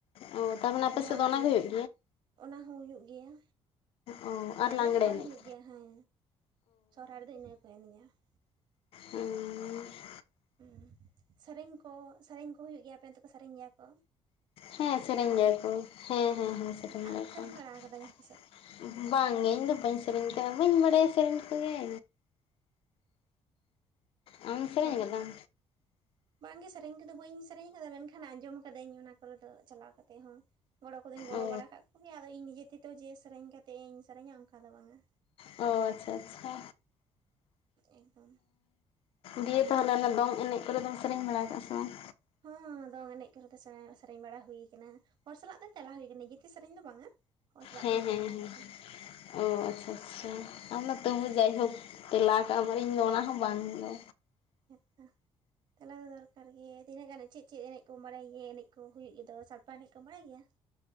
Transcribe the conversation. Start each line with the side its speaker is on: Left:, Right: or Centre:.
Left: ᱚ ᱛᱟᱨᱢᱟᱱᱮ ᱟᱯᱮ
Right: ᱫᱚᱱᱟᱜ
Left: ᱥᱮᱫ ᱫᱚ ᱚᱱᱟ
Right: ᱜᱮᱭᱟ
Left: ᱜᱮ ᱦᱩᱭᱩᱜ
Right: ᱠᱚ ᱚᱱᱟ ᱦᱚᱸ ᱦᱩᱭᱩᱜ ᱜᱮᱭᱟ᱾
Left: ᱚ ᱟᱨ
Right: ᱞᱟᱜᱽᱲᱮ ᱦᱚᱸ
Left: ᱮᱱᱮᱡ
Right: ᱦᱩᱭᱩᱜ ᱜᱮᱭᱟ ᱦᱮᱸ ᱥᱚᱨᱦᱟᱭ ᱨᱮᱫᱚ ᱤᱱᱟᱹ ᱜᱮᱠᱚ ᱮᱱᱮᱡᱟ ᱾
Left: ᱚᱻ
Right: ᱩᱸ ᱥᱮᱨᱮᱧ ᱠᱚ ᱥᱮᱨᱮᱧ ᱠᱚ ᱦᱩᱭᱩᱜ ᱜᱮᱭᱟ ᱟᱯᱮᱱ ᱚᱱᱛᱮᱠᱚ ᱥᱮᱨᱮᱧ ᱜᱮᱭᱟ ᱠᱚ?
Left: ᱦᱮᱸ
Right: ᱟᱠᱷᱲᱟ
Left: ᱥᱮᱨᱮᱧ
Right: ᱨᱮ
Left: ᱜᱮᱭᱟ ᱠᱚ ᱦᱮᱸ ᱦᱮᱸ ᱦᱮᱸ ᱥᱮᱨᱮᱧ
Right: ᱟᱢᱮᱢ
Left: ᱜᱮᱭᱟᱠᱚ
Right: ᱵᱟᱲᱟ ᱟᱠᱟᱫᱟ ᱡᱟᱦᱟᱸ ᱛᱤᱥᱚᱜ
Left: ᱾ ᱵᱟᱝᱜᱮ ᱤᱧᱫᱚ ᱵᱟᱹᱧ ᱥᱮᱨᱮᱧ ᱠᱟᱜ-ᱟ ᱵᱟᱹᱧ ᱵᱟᱲᱟᱭᱟ ᱥᱮᱨᱮᱧ ᱠᱚᱜᱮ ᱾ ᱟᱢᱮᱢ ᱥᱮᱨᱮᱧ
Right: ᱦᱳᱭ
Left: ᱠᱟᱫᱟᱢ?
Right: ᱛᱚ ᱵᱟᱝᱜᱮ ᱥᱮᱨᱮᱧ ᱠᱚᱫᱚ ᱵᱟᱹᱧ ᱥᱮᱨᱮᱧ ᱟᱠᱟᱫᱟ ᱢᱮᱱᱠᱷᱟᱱ ᱟᱸᱡᱚᱢ ᱟᱠᱟᱫᱟᱹᱧ ᱚᱱᱟ ᱠᱚᱨᱮ ᱫᱚ ᱪᱟᱞᱟᱣ ᱠᱟᱛᱮ ᱦᱚᱸ᱾ ᱜᱚᱲᱚ ᱠᱚᱫᱚᱧ ᱜᱚᱲᱚ
Left: ᱚ
Right: ᱵᱟᱲᱟ ᱟᱠᱟᱫ ᱠᱚᱜᱮ ᱟᱫᱚ ᱤᱧ ᱱᱤᱡᱮ ᱛᱮᱛᱚ ᱡᱮ ᱥᱮᱨᱮᱧ ᱠᱟᱛᱮ ᱤᱧ ᱥᱮᱨᱮᱧᱟ ᱚᱱᱠᱟ ᱫᱚ ᱵᱟᱝᱟ᱾
Left: ᱚ ᱟᱪᱪᱷᱟ, ᱟᱪᱪᱷᱟ᱾
Right: ᱮᱠᱫᱚᱢ
Left: ᱫᱤᱭᱮ ᱛᱟᱦᱚᱞᱮ ᱚᱱᱟ ᱫᱚᱝ ᱮᱱᱮᱡ ᱠᱚᱨᱮ ᱫᱚᱢ ᱥᱮᱨᱮᱧ ᱵᱟᱲᱟ ᱟᱠᱟᱜᱼᱟ ᱥᱮ ᱵᱟᱝ?
Right: ᱦᱚᱸ ᱫᱚᱝ ᱮᱱᱮᱡ ᱠᱚᱨᱮ ᱫᱚ ᱥᱮᱨᱮᱧ ᱵᱟᱲᱟ ᱦᱩᱭ ᱠᱟᱱᱟ ᱾ ᱦᱚᱲ ᱥᱟᱞᱟᱜ ᱫᱚ ᱛᱮᱞᱟ ᱦᱩᱭ ᱟᱠᱟᱱᱟ ᱜᱤᱛᱤ ᱥᱮᱨᱮᱧ ᱫᱚ ᱵᱟᱝᱟ᱾ ᱦᱚᱲ ᱥᱟᱞᱟᱜ
Left: ᱦᱮᱸ
Right: ᱛᱤᱧ
Left: ᱦᱮᱸ
Right: ᱛᱮᱞᱟ
Left: ᱦᱮᱸ,
Right: ᱟᱠᱟᱫᱟ
Left: ᱚ ᱟᱪᱪᱷᱟ ᱟᱪᱪᱷᱟ, ᱟᱢ ᱫᱚ ᱛᱟᱹᱦᱩ ᱡᱟᱭᱦᱳᱠ ᱛᱮᱞᱟ ᱠᱟᱜᱼᱟᱢ ᱤᱧ ᱫᱚ ᱚᱱᱟ ᱦᱚᱸ ᱵᱟᱝ ᱜᱮ᱾
Right: ᱦᱮᱛᱚ ᱾ ᱛᱮᱞᱟ ᱫᱚ ᱫᱚᱨᱠᱟᱨ ᱜᱮ, ᱛᱤᱱᱟᱹᱜ ᱜᱟᱱ ᱪᱮᱫ ᱪᱮᱫ ᱮᱱᱮᱡ ᱠᱚ ᱵᱟᱲᱟᱭ ᱜᱮᱭᱟ ᱮᱱᱮᱡ ᱠᱚ ᱦᱩᱭᱩᱜ ᱜᱮᱫᱚ ᱥᱟᱲᱯᱟ ᱮᱱᱮᱡ ᱠᱚ ᱵᱟᱲᱟᱭ ᱜᱮᱭᱟ?